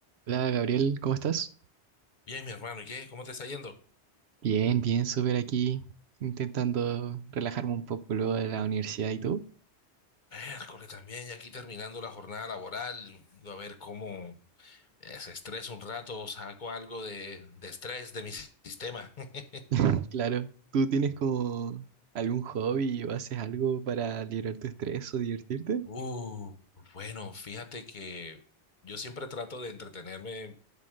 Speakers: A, on the right; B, on the left.
A: Hola Gabriel, ¿cómo estás?
B: Bien, mi hermano, ¿y qué? ¿Cómo te está yendo?
A: Bien, bien, súper aquí, intentando relajarme un poco luego de la universidad. ¿Y tú?
B: Miércoles también, ya aquí terminando la jornada laboral, a ver cómo eh, se estresa un rato, saco algo de, de estrés de mi sis- sistema. <laughs>
A: <laughs> Claro, ¿tú tienes como algún hobby o haces algo para liberar tu estrés o divertirte?
B: Uh, bueno, fíjate que yo siempre trato de entretenerme